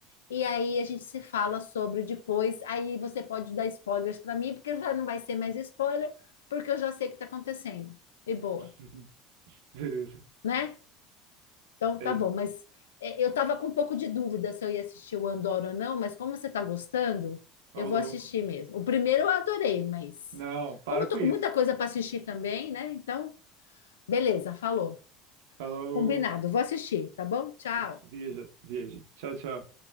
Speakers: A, on the left; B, on the right.
A: e aí a gente se fala sobre depois. Aí você pode dar spoilers para mim, porque já não vai ser mais spoiler, porque eu já sei o que está acontecendo. E boa,
B: Uhum. <laughs> Beleza,
A: né? Então,
B: é
A: tá
B: isso.
A: bom, mas é, eu estava com um pouco de dúvida se eu ia assistir o Andor ou não, mas como você está gostando,
B: Ô,
A: eu vou
B: louco.
A: assistir mesmo. O primeiro eu adorei, mas
B: Não, para
A: como eu
B: com
A: tô
B: isso.
A: com muita coisa para assistir também, né? Então, beleza, falou.
B: Falou.
A: Combinado, vou assistir, tá bom? Tchau.
B: Isso, Veja, veja. Tchau, tchau.